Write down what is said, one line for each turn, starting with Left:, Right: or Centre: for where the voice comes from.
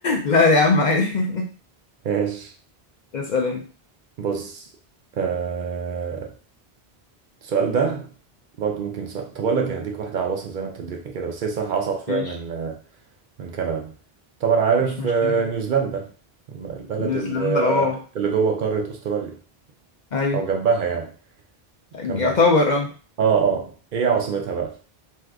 Left: لا يا عم عادي
Right: ماشي
Left: اسأل انت
Right: بص آه السؤال ده برضو ممكن صعب. طب اقول لك إيه، هديك واحده عواصم زي ما انت اديتني كده بس هي الصراحه اصعب شويه
Left: ماشي
Right: من آه، من كندا طبعا عارف
Left: مش مشكلة
Right: آه، نيوزيلندا البلد
Left: نيوزيلندا
Right: اللي
Left: اه
Right: اللي جوه قاره استراليا
Left: ايوه
Right: او جنبها يعني
Left: يعتبر
Right: جنبها
Left: اه
Right: اه اه ايه عاصمتها بقى